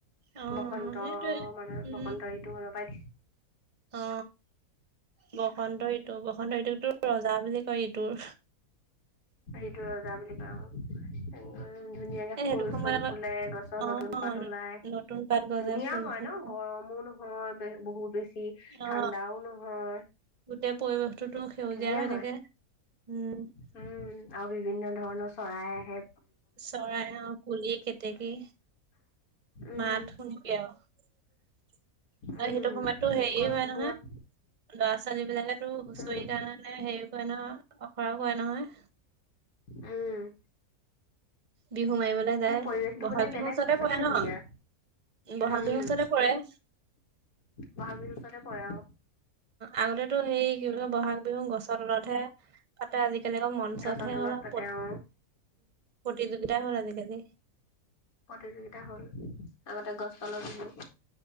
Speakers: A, on the right (about 35°); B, on the left (about 70°).
A: অ
B: বসন্ত,
A: সেইটোৱে
B: মানে
A: উম
B: বসন্ত এইটো মানৰ পৰাই।
A: অ, বসন্ত ঋতু বসন্ত ঋতুক তো ৰজা বুলি কয় ঋতুৰ।
B: ঋতু ৰজা বুলি কয় উম, ধুনীয়াকে
A: এ সেইটো
B: ফুল-চুল
A: সময়ত
B: ফুলে
A: আকৌ
B: গছৰ নতুন পাত
A: অ
B: ওলাই।
A: নতুন পাত গজে
B: ধুনীয়া
A: ফুল
B: হয়
A: ফুল
B: ন, গৰমো নহয় বহুত বেছি
A: অ
B: ঠাণ্ডাও নহয়।
A: গোটেই পৰিৱেশটোতো সেউজীয়া
B: ধুনীয়া
A: হৈ
B: হয়
A: থাকে উম,
B: উম, আৰু বিভিন্ন ধৰণৰ চৰাই আহে।
A: চৰাই অ, কুলি কেতেকী।
B: উম
A: মাত শুনিবি আৰু সেইটো
B: উম
A: সময়তে হেৰি
B: গছবোৰত
A: হয় নহয়। ল'ৰা -ছোৱালী বিলাকেটো হুঁচৰি
B: উম
A: কাৰণে হেৰি কৰে নহয় আখৰা কৰে নহয়।
B: উম,
A: বিহু মাৰিবলৈ যায়
B: সেই পৰিৱেশটো
A: বহাগ
B: মানে বেলেগ
A: বিহুৰ ওচতে
B: সঁচাকে
A: পৰে
B: ধুনীয়া
A: ন বহাগ
B: উম
A: বিহুৰ ওচতে পৰে।
B: বহাগ বিহুৰ ওচৰতে পৰে অ,
A: আগতেতো সেই কি বুলি কয় ব'হাগ বিহু গছৰ তলতহে। তাতে আজিকালি আকৌ মঞ্চতহে
B: গছৰ তলত
A: হ'ল আৰু
B: পাতে অ
A: প্ৰতিযোগিতাই হ'ল আজিকালি।
B: প্ৰতিযোগিতা হ'ল। আগতে গছ তালৰ বিহু,